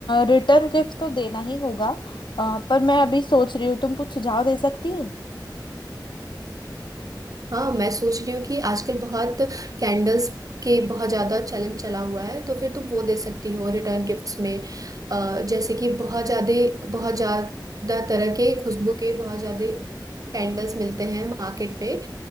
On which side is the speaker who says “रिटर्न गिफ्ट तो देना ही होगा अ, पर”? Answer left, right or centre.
Left